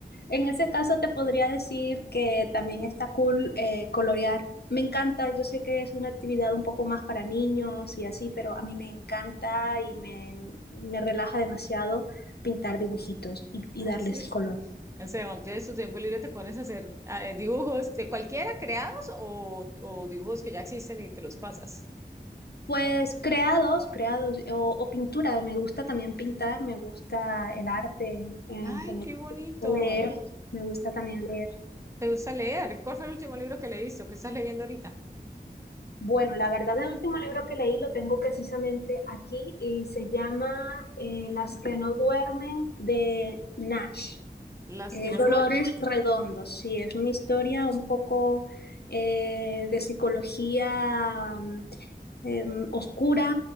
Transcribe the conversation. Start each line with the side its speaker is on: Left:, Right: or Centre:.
Left: En ese caso te podría decir que también está cool eh, colorear. Me encanta, yo sé que es una actividad un poco más para niños y así, pero a mí me encanta y me, me relaja demasiado pintar dibujitos y, y
Right: Ah,
Left: darles
Right: sí.
Left: color.
Right: O sea, cuando tienes tu tiempo libre te pones a hacer ah, eh, dibujos de cualquiera creados o, o dibujos que ya existen y te los pasas.
Left: Pues creados, creados o, o pintura, me gusta también pintar, me gusta el arte en
Right: Ay,
Left: general,
Right: qué bonito.
Left: leer, me gusta también leer.
Right: ¿Te gusta leer? ¿Cuál fue el último libro que leíste o qué estás leyendo ahorita?
Left: Bueno, la verdad, el último libro que leí lo tengo precisamente aquí y se llama eh, Las que no duermen de Nash.
Right: Las
Left: Eh,
Right: que no
Left: Dolores
Right: duermen.
Left: Redondos, sí, es una historia un poco eh, de psicología mm, em, oscura